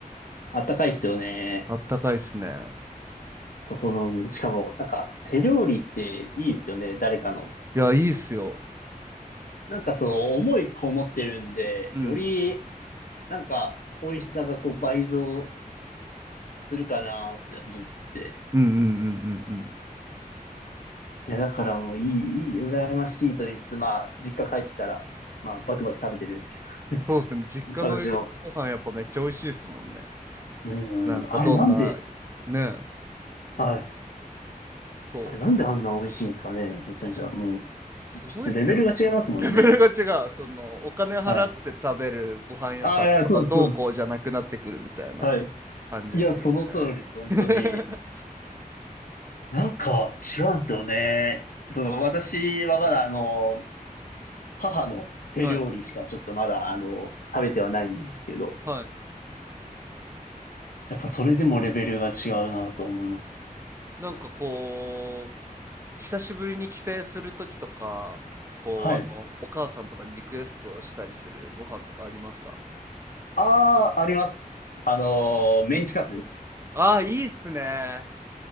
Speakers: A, on the left; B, on the right.
A: あったかいっすよね。
B: あったかいっすね
A: そこの、しかも、なんか、手料理っていいですよね、誰かの。
B: いやいいっすよ
A: なんかその、思いこもってるんで、
B: うん
A: より、なんか、美味しさがこう倍増するかなって思って。
B: うんうんうんうんうん
A: いや、だからもういい、いい、羨ましいと言いつつ、まあ、実家帰ったら、まあ、バクバク食べてるんですけ
B: そうっすね実家のご飯やっぱめっちゃ美味しいっすもんね
A: ど、<laughs> 私も。うん、
B: なんかどんな
A: あれなんで、
B: ね
A: はい。
B: そ
A: あれなんであんな美味しいんですかね、めちゃめちゃ。もう、
B: うすごいっすよ
A: ちょっとレベルが違いますもんね。
B: レベルが違う。その、お金払って食べるご飯屋さんとか、
A: はい。ああ、そうです、
B: どうこうじゃなくなってくるみたいな
A: そうです。はい。
B: 感じですよ
A: いや、その通りです、本当に。
B: ね。<laughs>
A: なんか違うんですよね。その、私はまだあの、母の手料理しかちょっとまだあの、
B: はい、
A: 食べてはないんですけど、
B: はい。
A: やっぱそれでもレベルが違うなと思います。
B: なんかこう、久しぶりに帰省するときとか、こう、
A: はい。
B: あの、お母さんとかにリクエストしたりするご飯とかありますか
A: ああ、あります。あのー、メンチカツです。
B: ああー、いいっすね。